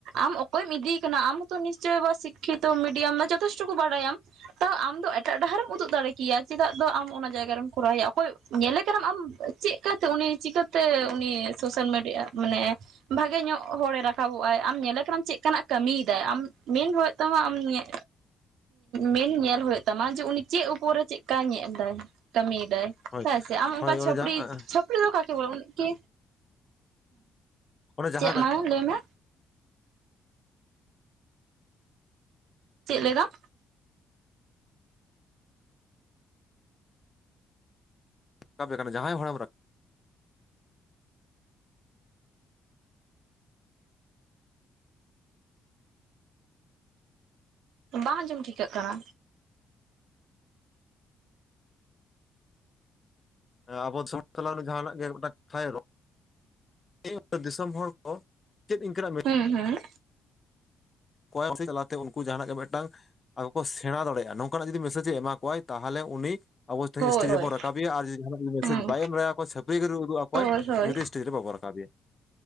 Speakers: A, on the right (about 80°); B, on the left (about 35°).
A: ᱟᱢ ᱚᱠᱚᱭᱮᱢ ᱤᱫᱤᱭᱮ ᱠᱟᱱᱟ ᱟᱢᱦᱚᱛᱚ ᱱᱤᱥᱪᱳᱭ ᱵᱟ ᱥᱤᱠᱷᱤᱛᱚ ᱢᱤᱰᱤᱭᱟᱢ ᱮ ᱡᱚᱛᱷᱮᱥᱴᱚ ᱠᱩ ᱵᱟᱰᱟᱭᱟᱢ᱾ ᱛᱟ ᱟᱢ᱾ ᱮᱴᱟᱜ ᱰᱟᱦᱟᱨᱢ ᱩᱫᱩᱜ ᱫᱟᱲᱮᱠᱮᱭᱟ ᱪᱮᱫᱟᱜ ᱫᱚ ᱟᱢ ᱚᱱᱟ ᱡᱟᱭᱜᱟ ᱨᱮᱢ ᱠᱚᱨᱟᱣᱭᱟ ᱚᱠᱚᱭ ᱧᱮᱞᱮ ᱠᱟᱱᱟᱢ ᱟᱢ ᱪᱮ᱾ ᱪᱤᱠᱟᱹᱛᱮ ᱩᱱᱤ ᱪᱤᱠᱟᱹᱛᱮ ᱩᱱᱤ ᱥᱳᱥᱟᱞ ᱢᱤᱰᱤᱭᱟ ᱢᱟᱱᱮ᱾ ᱵᱷᱟᱜᱮ ᱧᱚᱜ ᱦᱚᱲᱮ ᱨᱟᱠᱟᱵᱚᱜ ᱟᱭ ᱟᱢ ᱧᱮᱞᱮ ᱠᱟᱱᱟᱢ ᱪᱮᱫ ᱠᱟᱱᱟᱜ ᱠᱟᱹᱢᱤᱭᱮᱫᱟᱭ ᱟᱢ ᱢᱮᱱ ᱦᱳᱭᱳ ᱛᱟᱢᱟ ᱟᱢ ᱱᱩᱭᱟ᱾ ᱢᱮᱱ ᱧᱮᱞ ᱦᱳᱭᱳᱜ ᱛᱟᱢᱟ ᱡᱮ ᱩᱱᱤ ᱪᱮᱫ ᱩᱯᱚᱨᱮ ᱪᱮᱫᱠᱟᱭ ᱧᱮᱞ ᱫᱟᱭ ᱠᱟᱹᱢᱤᱭᱮᱫᱟᱭ᱾
B: ᱦᱳᱭ
A: ᱦᱮᱸ ᱥᱮ ᱟᱢ ᱩᱱᱠᱟ
B: ᱦᱳᱭ
A: ᱪᱷᱟᱯᱨᱤ
B: ᱚᱱᱮ ᱡᱟᱦᱟᱸ
A: <inaudible> ᱠᱟᱠᱮ ᱵᱚᱞᱮᱸ ᱠᱮ
B: ᱚᱱᱮ ᱡᱟᱦᱟᱸ
A: ᱪᱮᱫ ᱢᱟ ᱞᱟᱹᱭ ᱢᱮ᱾ ᱪᱮ ᱞᱮᱹᱭ ᱫᱟᱢ᱾
B: ᱨᱟᱠᱟᱵ-ᱮ ᱠᱟᱱᱟ ᱡᱟᱦᱟᱸᱭ ᱦᱚᱲᱟᱢ ᱨᱟᱠᱟᱵ᱾
A: ᱵᱟᱝ ᱟᱸᱡᱚᱢ ᱴᱷᱤᱠᱟᱹᱜ ᱠᱟᱱᱟ᱾
B: ᱟᱵᱚ ᱥᱚᱴ ᱛᱟᱞᱟᱨᱮ ᱡᱟᱦᱟᱱᱟᱜ ᱜᱮ ᱢᱮᱫᱴᱟᱝ ᱠᱟᱛᱷᱟᱭ᱾ ᱩᱱᱤ ᱚᱱᱟ ᱫᱤᱥᱚᱢ ᱦᱚᱲ ᱠᱚ ᱪᱮᱫ ᱤᱱᱠᱟᱹᱱᱟᱜ᱾
A: ᱩᱸ ᱦᱩᱸ
B: <inaudible> ᱪᱟᱞᱟᱛᱮ ᱩᱱᱠᱩ ᱡᱟᱦᱟᱱᱟᱜ ᱜᱮ ᱢᱮᱫᱴᱟᱝ ᱟᱠᱚ ᱠᱚ ᱥᱮᱬᱟ ᱫᱟᱲᱮᱼᱟ ᱱᱚᱝᱠᱟᱱᱟᱜ ᱡᱩᱫᱤ ᱢᱮᱥᱮᱡᱽ ᱮ ᱮᱢᱟ ᱠᱚᱣᱟᱭ ᱛᱟᱦᱚᱞᱮ ᱩᱱᱤ᱾ ᱟᱵᱚ ᱛᱮᱦᱮᱧ
A: ᱦᱳᱭ
B: ᱮᱥᱴᱮᱡᱽ ᱨᱮᱵᱚᱱ
A: ᱦᱳᱭ
B: ᱨᱟᱠᱟᱵᱮᱭᱟ ᱟᱨ ᱡᱚᱫᱤ ᱡᱟᱦᱱᱟᱜ ᱢᱮᱡᱽ
A: ᱦᱩᱸ
B: ᱵᱟᱭ ᱮᱢᱫᱟᱲᱮᱠᱚᱣᱟ ᱪᱷᱟᱹᱯᱨᱤ ᱜᱤᱨᱤ᱾ ᱩᱫᱩᱜ ᱟᱠᱚᱭ
A: ᱦᱳᱭ ᱦᱳᱭ
B: ᱱᱩᱭ ᱫᱚ ᱮᱥᱴᱮᱡᱽ ᱨᱮ ᱵᱟᱵᱚ ᱨᱟᱠᱟᱵᱮᱭᱟ᱾